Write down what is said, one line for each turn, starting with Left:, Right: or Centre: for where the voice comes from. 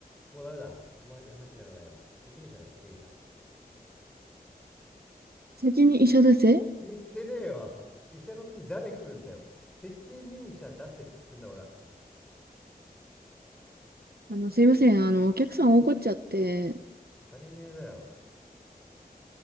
Centre: もうダメだお前じゃ話にならないわ責任者だ責任者
Right: 先に医者だせ。
Centre: 言ってねえわ医者の次誰食うんだよ責任者出せっつってんだから
Right: あの、すいません、あの、お客さん怒っちゃって、
Centre: 当たり前だよ